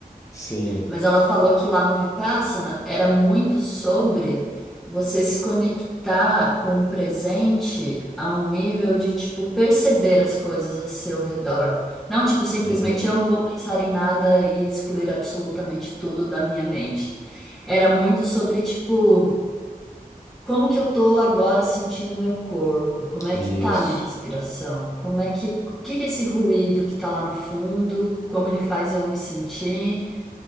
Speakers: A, on the left (about 20°); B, in the centre.
A: Sim.
B: Mas ela falou que lá no Vipassana era muito sobre você se conectar com o presente a um nível de, tipo, perceber as coisas ao seu redor. Não, tipo, simplesmente
A: Uhum.
B: eu não vou pensar em nada e excluir absolutamente tudo da minha mente. Era muito sobre, tipo, como que eu tô agora sentindo o meu corpo? Como é
A: Isso.
B: que tá a minha respiração? Como é que, o que que é esse ruído que tá lá no fundo? Como ele faz eu me sentir?